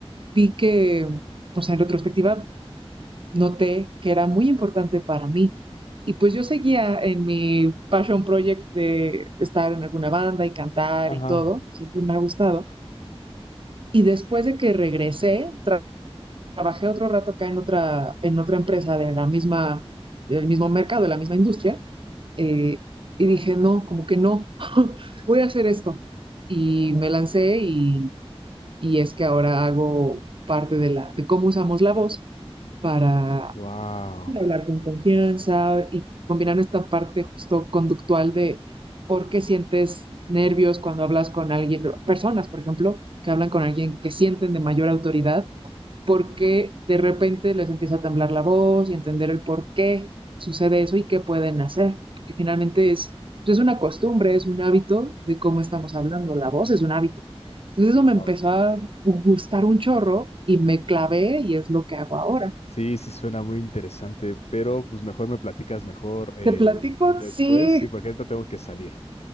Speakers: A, on the right (about 55°); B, on the left (about 85°).
A: vi que, o sea, en retrospectiva noté que era muy importante para mí. Y pues yo seguía en mi passion project de estar en alguna banda y cantar
B: Ajá.
A: y todo, siempre me ha gustado. Y después de que regresé, tra trabajé otro rato acá en otra, en otra empresa de la misma, del mismo mercado, de la misma industria, eh, y dije, no, como que no, <laughs> voy a hacer esto. Y me lancé y, y es que ahora hago parte de, la, de cómo usamos la voz para
B: Wow.
A: hablar con confianza y combinar esta parte justo conductual de por qué sientes nervios cuando hablas con alguien, personas, por ejemplo, que hablan con alguien que sienten de mayor autoridad por qué de repente les empieza a temblar la voz y entender el por qué sucede eso y qué pueden hacer. Porque finalmente es, pues es una costumbre, es un hábito de cómo estamos hablando. La voz es un hábito. Entonces eso
B: Wow.
A: me empezó a gustar un chorro y me clavé y es lo que hago ahora.
B: Sí, sí suena muy interesante, pero pues mejor me platicas mejor eh,
A: Te platico,
B: después,
A: sí,
B: sí, porque ahorita tengo que salir.